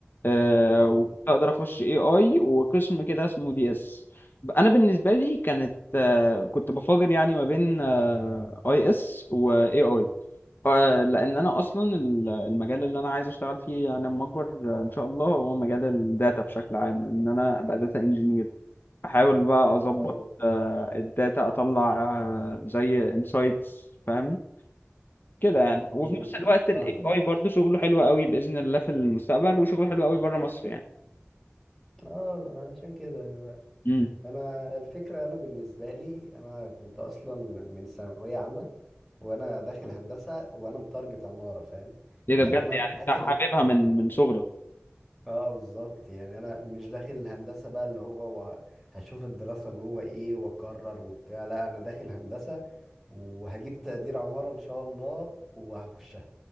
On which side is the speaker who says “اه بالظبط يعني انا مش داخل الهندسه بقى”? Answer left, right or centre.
Centre